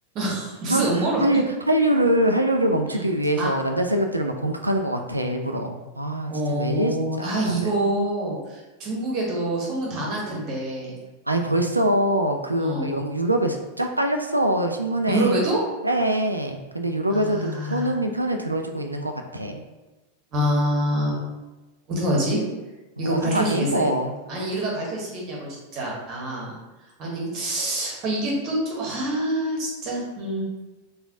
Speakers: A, on the right (about 35°); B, on the right (about 85°).
A: <laughs> 무슨
B: 한-
A: 음모론이?
B: 한류 한류를 한류를 멈추기
A: 음,
B: 위해서
A: 아,
B: 남자 셀럽들을 막 공격하는 것 같아 일부러. 아
A: 어,
B: 진짜 왜 이래 진짜
A: 아,
B: 다들.
A: 이거 중국에도 소문 다 날 텐데.
B: 아니 벌써 그
A: 어,
B: 영, 유럽에 쫙 깔렸어 신문에.
A: 유럽에도?
B: 그래. 근데 유럽에서도
A: 아,
B: 좀 손흥민 편을 들어주고 있는 것 같아.
A: 아,
B: 어.
A: 어떡하지?
B: 뭐
A: 이거
B: 어떡하긴
A: 밝혀지겠어?
B: 뭐
A: 아니, 이러다 밝혀지겠냐고, 진짜. 아, 아니, 이거, <sniffs> 아, 이게 또 좀, 아, 진짜. 음.